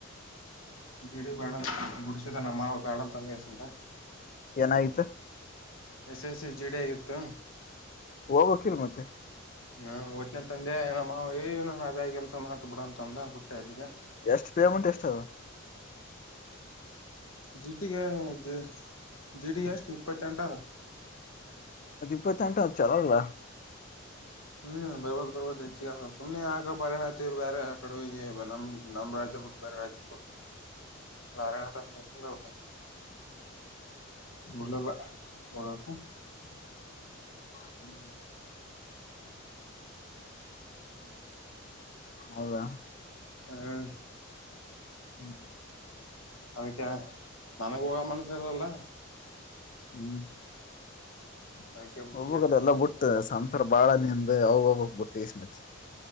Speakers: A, on the left; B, on the left.
A: ಜಡಿ ಬೇಡ ಗುಡಿಿಸಿತನ್ನ ನಮ್ ಮಾವ ಬೇಡ ಹಂಡುಕೆಸೆದ
B: ಏನಯಿತ
A: ಎಸ್ ಎಸ್ ಸಿ ಜಿಟಿ ಆಯತ್ತು
B: ಹೋಗಬೇಕು ಇಲ್ಲ ಮತ್ತ
A: ಹ್ಮ ಒದಿನ ತಂದೆ ನಮ್ಮವ ನನ್ ಅದೇ ಕೆಲಸ ಮಾಡ್ತ ಬಿಡ ಅಂತ ಅಂದ ಬುಟ್ಟ ಅಲ್ಲಿಗೆ
B: ಎಷ್ಟು ಪೇಮೆಂಟ್ ಎಷ್ಟ ಅದ
A: ಜಿಟಿಗೆ ಜೇ ಜಿಟಿ ಎಷ್ಟು ಇಪ್ಪತ್ತೆಂಟ ಅದಾ
B: ಅದು ಇಪ್ಪತ್ತೆಂಟ ಹಾ ಚಲೋಲ್ಲ
A: ಹ್ಮ್ ಬರ್ಬತ್ ಬರ್ಬತ್ ಹೆಚ್ಚಿಗೆಗ ಸುಮ್ನೆ ಆಗ ಪರಿಣತಿ ಬೇರೆ ಆ ಕಡ ನಮ್ ನಮ್ ರಾಜ್ಯ ಬಿಟ್ಟ ಬರ ರಾಜು ಕೊ ಲಾರಣಥ ಅ ಎ ದ ಬಲಲ್ಲ ಹತ
B: ಹ್ಮ್
A: ಹ್ಮ
B: ಹೌದಾ
A: ಹಾ
B: ಹ್ಮ್
A: ಅದಕ್ಕೆ ನನಗ್ ಹೋಗ ಮನ್ಸರಲ್ಲ
B: ಹ್ಮ್
A: ಅದಕ್ಕೆ
B: ಒಬ್ಬೋಗದ ಎಲ್ಲ ಬಿುಟ್ಟ ಸಂಸಾರ ಬಾಳ ನಿಮ ಅವೋಗೋಗ್ಬುಟ್ಟು ಇಸ್ತ್